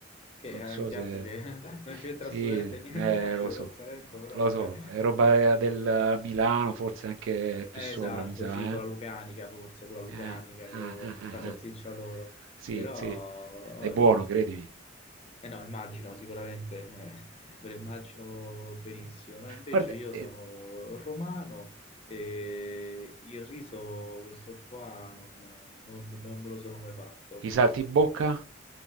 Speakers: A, on the left; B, on the right.
A: che
B: Non
A: è
B: so
A: un piatto
B: se...
A: che <laughs> non c'entra
B: Sì,
A: assolutamente niente,
B: eh,
A: Marcello
B: lo so,
A: col Salento, però
B: lo
A: vabbè.
B: so, è roba del Milano, forse anche più
A: Eh,
B: sopra,
A: Esatto,
B: mi sa,
A: sì, con
B: eh.
A: la Lucanica forse, con la Lucanica,
B: Eh,
A: con
B: eh, eh, eh,
A: la salsiccia
B: eh.
A: loro,
B: Sì,
A: però...
B: sì, è buono,
A: Eh
B: credimi.
A: eh no, immagino sicuramente, eh, ve lo immagino benissimo. No, invece
B: Guarda,
A: io
B: eh,
A: sono romano e il riso, questo qua, non, non- non me lo sono mai fatto.
B: I saltimbocca